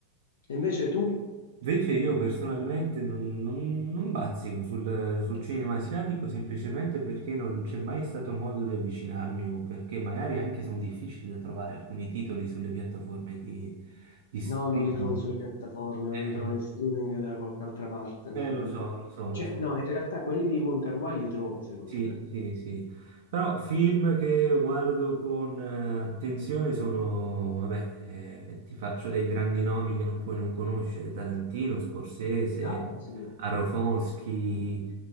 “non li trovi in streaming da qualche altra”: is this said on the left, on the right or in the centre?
Left